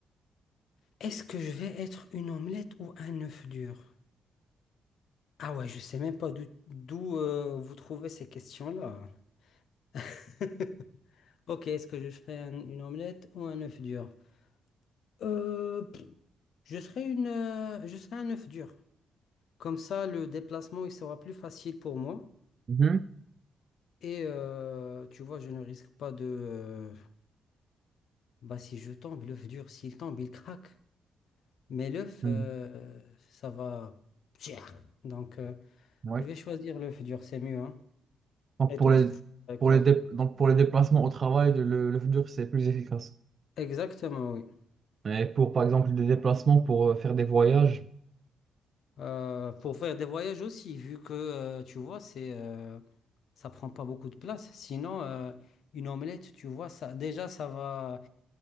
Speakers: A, on the left (about 70°); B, on the right (about 45°).
A: Est-ce que je vais être une omelette ou un œuf dur? Ah ouais, je sais même pas d'o- d'où euh, vous trouvez ces questions-là. <laughs> Ok, est-ce que je ferai un- une omelette ou un œuf dur? Euh, pff, je serai une, euh, je serai un œuf dur. Comme ça, le déplacement il sera plus facile pour moi.
B: Mhm,
A: Et euh, tu vois, je ne risque pas de. euh, bah, si je tombe, l'œuf dur, s'il tombe, il craque. Mais l'œuf,
B: mhm,
A: euh, ça va. Donc, euh,
B: ouais.
A: je vais choisir l'œuf dur, c'est mieux. hein.
B: Donc
A: Et
B: pour
A: toi,
B: les,
A: tu choisirais
B: pour
A: quoi?
B: les dé- donc pour les déplacements au travail, le, l'œuf dur, c'est plus efficace.
A: Exactement, oui.
B: Et pour, par exemple, des déplacements pour euh, faire des voyages,
A: Euh, pour faire des voyages aussi, vu que, euh, tu vois, c'est, euh, ça prend pas beaucoup de place. Sinon, euh, une omelette, tu vois, ça, déjà, ça va.